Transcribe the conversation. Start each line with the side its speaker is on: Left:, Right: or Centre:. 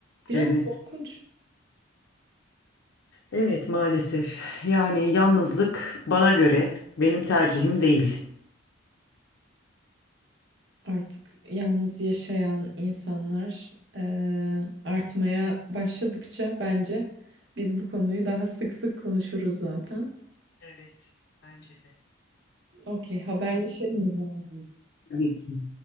Right: Biraz
Left: evet
Right: korkunç.
Left: evet maalesef yani yalnızlık bana göre benim tercihim değil.
Right: Artık yalnız yaşayan insanlar eee, artmaya başladıkça bence biz bu konuyu daha sık sık konuşuruz zaten.
Left: Evet, bence de.
Right: Okey, haberleşelim o zaman.
Left: Tabii ki.